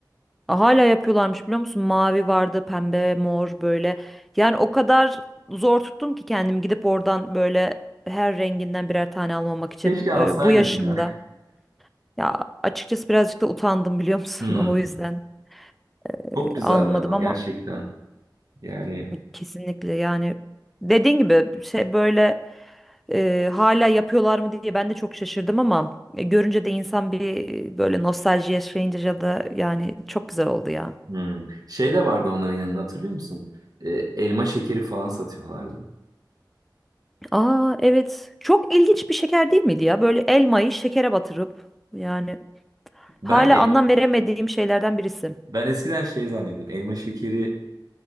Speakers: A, in the centre; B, on the right.
A: Aa, hala yapıyorlarmış biliyor musun? Mavi vardı, pembe, mor böyle. Yani o kadar zor tuttum ki kendim gidip oradan böyle her renginden birer tane almamak için
B: Keşke alsaydın
A: eee, bu yaşımda.
B: ya.
A: Ya açıkçası birazcık da utandım biliyor musun?
B: Hmm.
A: <laughs> O yüzden e,
B: Çok güzeldi
A: almadım
B: ama
A: ama
B: gerçekten. Yani
A: Kesinlikle yani dediğin gibi şey böyle e, hala yapıyorlar mı diye ben de çok şaşırdım ama e, görünce de insan bir e, böyle nostalji yaşayınca ya da yani çok güzel oldu ya.
B: hmm. Şey de vardı onların yanında hatırlıyor musun? Ee, elma şekeri falan satıyorlardı.
A: Aa evet çok ilginç bir şeker değil miydi ya böyle elmayı şekere batırıp yani
B: Ben
A: hala
B: e-
A: anlam veremediğim şeylerden birisi.
B: ben eskiden şey zannediyordum. Elma şekerinin